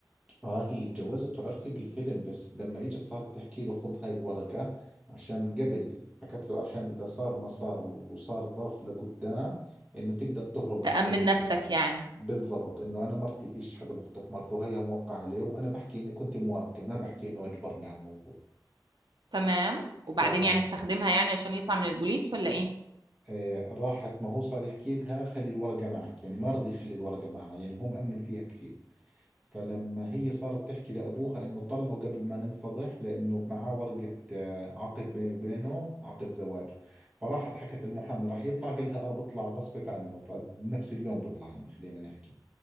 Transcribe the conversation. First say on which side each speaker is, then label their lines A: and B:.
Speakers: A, on the right; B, on the right.
A: اه هي اتجوزته عرفي بالفيلم بس لما اجت صارت تحكي له خذ هاي الورقه عشان قبل حكت له عشان اذا صار ما صار و- وصار ظرف لقدام انه تقدر تهرب
B: تأمن
A: بهاي الورقه
B: نفسك يعني
A: بالضبط انه انا مرتي فيش حدا بخطف مرته هيها موقع عليه وانا بحكي اني كنت موافقة ما بحكي انه اجبرني على الموضوع
B: تمام
A: فلا
B: وبعدين يعني استخدمها يعني عشان يطلع من البوليس ولا إيه
A: آه راحت ما هو صار يحكي لها خلي الورقة معك يعني ما رضي يخلي الورقة معها يعني هو مأمن فيها كثير فلما هي صارت تحكي لأبوها إنه طلعه قبل ما ننفضح لأنه معاه ورقة آه، عقد بيني وبينه عقد زواج فراحت حكت المحامي راح يطلع قال لها آه بطلع غصبت عنه فبنفس اليوم بطلع يعني خلينا نحكي